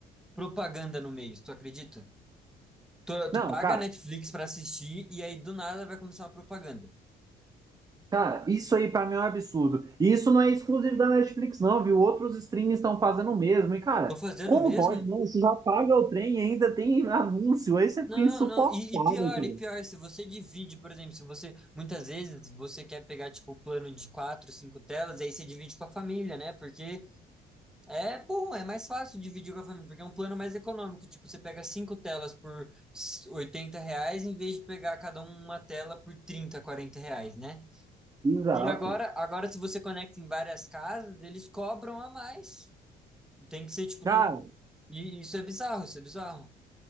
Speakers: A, in the centre; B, on the right.
A: propaganda no meio, tu acredita? Tu,
B: Não,
A: tu paga
B: cara,
A: a Netflix para assistir e aí do nada vai começar uma propaganda.
B: Cara, isso aí pra mim é um absurdo. E isso não é exclusivo da Netflix, não, viu? Outros streams estão fazendo o mesmo. E, cara,
A: Tô fazendo
B: como
A: mesmo?
B: pode, não? Você já paga o trem e ainda tem anúncio. Aí você
A: Não,
B: fica insuportável,
A: não. E, e pior,
B: cara.
A: e pior, se você divide, por exemplo, se você. Muitas vezes você quer pegar, tipo, o plano de quatro, cinco telas, e aí você divide com a família, né? Porque É bom, é mais fácil dividir com a família, porque é um plano mais econômico. Tipo, você pega cinco telas por s- 80 reais, em vez de pegar cada um uma tela por 30, 40 reais, né?
B: Exato.
A: E agora, agora se você conecta em várias casas, eles cobram a mais. Tem que ser, tipo,
B: Cara,
A: tudo... E isso é bizarro, isso é bizarro.